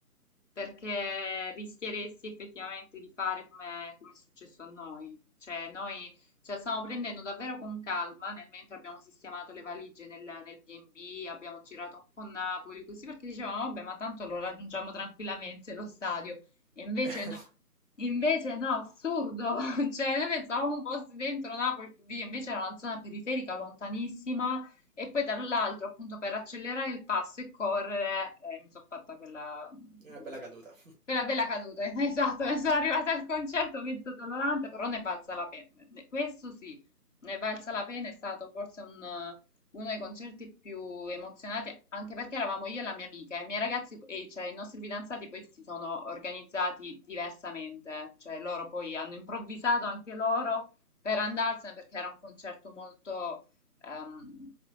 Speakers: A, on the left; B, on the right.
A: perché rischieresti effettivamente di fare come, come è successo a noi. Cioè, noi ce la stiamo prendendo davvero con calma nel mentre abbiamo sistemato le valigie nel, nel B&B, abbiamo girato un po' Napoli, così perché dicevamo, vabbè, ma tanto lo raggiungiamo tranquillamente lo stadio. E invece
B: <laughs>
A: no, invece no, assurdo. <laughs> Cioè, noi pensavamo un po' dentro Napoli, invece era una zona periferica lontanissima e poi tra l'altro, appunto, per accelerare il passo e correre, eh, mi sono fatta quella,
B: Una bella
A: quella,
B: caduta.
A: quella bella caduta. <laughs> Esatto, ne sono arrivata al concerto mezzo dolorante, però ne è valsa la pena. Ne- Questo sì, ne è valsa la pena, è stato forse un, eh, uno dei concerti più emozionati, anche perché eravamo io e la mia amica, e i miei ragazzi, e cioè i nostri fidanzati poi si sono organizzati diversamente, cioè loro poi hanno improvvisato anche loro per andarsene perché era un concerto molto Ehm,